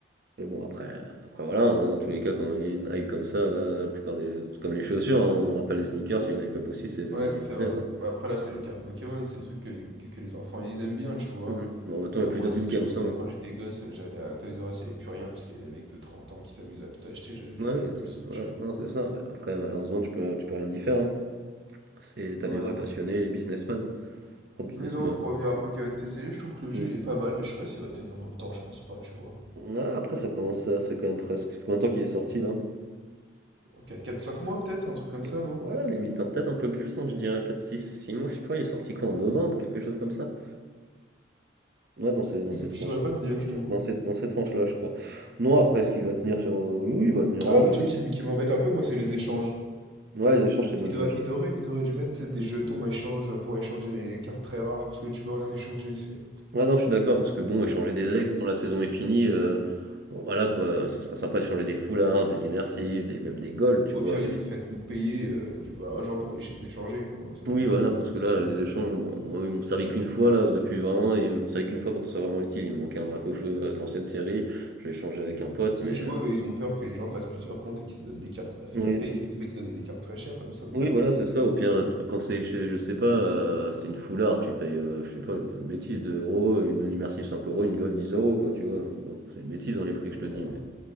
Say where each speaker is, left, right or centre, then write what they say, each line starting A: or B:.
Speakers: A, on the right; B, on the right.
A: Mais bon, après, après voilà, hein, dans tous les cas, quand il y a une hype comme ça, euh, la plupart des. Comme les chaussures, hein, on rappelle les sneakers, c'est une hype pas possible, c'est devenu
B: Ouais,
A: du
B: c'est
A: business.
B: vrai.
A: hein.
B: Bah, Après, là, c'est les cartes Pokémon, c'est des trucs que les, que que les enfants, ils aiment bien, tu vois.
A: Hmm. Bon, maintenant,
B: Euh,
A: il y a plus
B: moi,
A: d'adultes
B: si- j'avoue,
A: qui aiment ça.
B: si,
A: hein.
B: quand j'étais gosse, euh, j'allais à Toys R Us, il n'y avait plus rien parce qu'il y a des mecs de 30 ans qui s'amusent à tout acheter, j'avais
A: Ouais,
B: j'aurais eu un
A: ouais,
B: peu
A: c'est-
B: le seum,
A: voilà.
B: tu vois.
A: Non, c'est ça. Mais après, malheureusement, tu peux, tu peux rien y faire. hein. C'est, t'as
B: Ouais,
A: les vrais
B: non,
A: passionnés,
B: c'est vrai.
A: les businessmen. hein. Oh, businessmen.
B: Mais non, pour revenir à Pokémon TCG, je trouve que le
A: Mm.
B: jeu, il est pas mal, mais je sais pas s'il va tenir dans le temps, je pense pas, tu vois.
A: Ah, après, ça commence à, c'est quand même presque. Combien de temps qu'il est sorti là?
B: Euh, 4, 4, 5 mois peut-être, un truc comme
A: Mm.
B: ça, non?
A: Ouais, limite hein, peut-être un peu plus, hein, je dirais peut-être six 6 mois, je sais pas, il est sorti quoi en novembre, quelque chose comme ça. Ouais, dans ces, dans ces tranches.
B: Je saurais pas te dire, je t'avoue.
A: Dans ces, dans ces tranches-là, je crois. Non, après, est-ce qu'il va tenir sur. euh, Oui, il va tenir
B: Ah,
A: un
B: le
A: peu.
B: truc qui, m- qui m'embête un peu, moi, c'est les échanges.
A: Ouais, les échanges, c'est mal
B: Ils, doivent-
A: fait.
B: ils auraient, ils auraient dû mettre, tu sais, des jetons échanges pour échanger les cartes très rares, parce que là, tu peux rien échanger, c'est...
A: Ouais, non, je suis d'accord, parce que bon, échanger des ex quand la saison est finie, euh, bon, voilà quoi, ça serait sympa d'échanger des foulards, des immersives, des, même des golds, tu
B: Au
A: vois,
B: pire,
A: mais
B: limite, faites-nous payer euh, du vrai argent pour les ch- échanger, quoi. Moi, ça me
A: oui,
B: dérangerait
A: voilà,
B: pas
A: parce
B: tant
A: que
B: que ça.
A: là, les échanges, bon, moi, ils m'ont servi qu'une fois, là, depuis vraiment, ils m'ont servi qu'une fois pour que ce soit vraiment utile. Il me manquait un drac au feu euh, de l'ancienne série, Je l'ai échangé avec un pote,
B: Parce
A: mais.
B: que tu
A: euh,
B: vois, eux, ils ont peur que les gens fassent plusieurs comptes et qu'ils se donnent des cartes. Bah, faites
A: Oui,
B: payer le fait de donner des cartes très chères, comme ça, au
A: oui,
B: moins.
A: voilà, c'est ça, au pire, quand c'est, chez- je sais pas, euh, c'est une foulard, tu payes, euh, je sais pas, une une bêtise, 2 euros, une immersive 5 euros, une gold 10 euros, quoi, tu vois, bon, c'est une bêtise dans les prix
B: Ouais,
A: que je te dis,
B: voilà.
A: mais